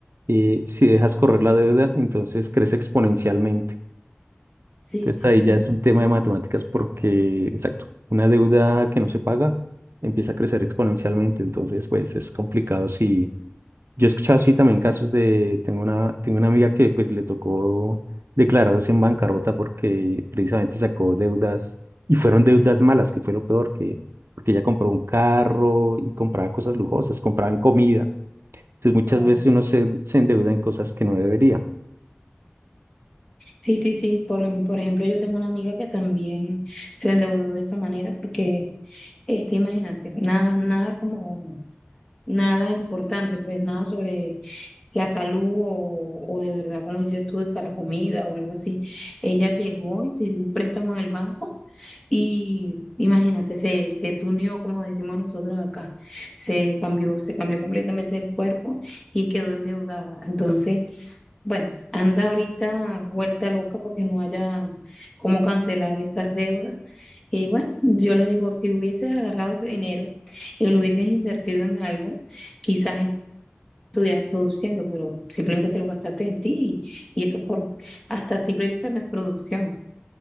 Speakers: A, on the right; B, on the left.
A: eh, si dejas correr la deuda, entonces crece exponencialmente.
B: sí,
A: Entonces
B: sí,
A: ahí
B: sí.
A: ya
B: sí.
A: es un tema de matemáticas porque, exacto, una deuda que no se paga empieza a crecer exponencialmente, entonces pues es complicado si... Yo he escuchado así también casos de, tengo una, tengo una amiga que pues le tocó declararse en bancarrota porque precisamente sacó deudas y fueron deudas malas, que fue lo peor, que porque ella compró un carro y compraba cosas lujosas, compraba en comida. Entonces muchas
B: Guau.
A: veces uno se, se endeuda en cosas que no debería.
B: Sí, sí, sí. Por, em- por ejemplo, yo tengo una amiga que también se endeudó de esa manera porque, este, imagínate, nada, nada como, nada importante, pues nada sobre la salud o, o de verdad, como dices tú, para comida o algo así. Ella llegó y se dio un préstamo en el banco y imagínate, se, se tuneó, como decimos nosotros acá. Se cambió, se cambió completamente el cuerpo y quedó endeudada. Entonces, bueno, anda ahorita vuelta loca porque no haya cómo cancelar estas deudas. Y bueno, yo le digo, si hubieses agarrado ese dinero y lo hubieses invertido en algo, quizás estuvieras produciendo, pero simplemente te lo gastaste en ti y, y eso por, hasta simple vista no es producción.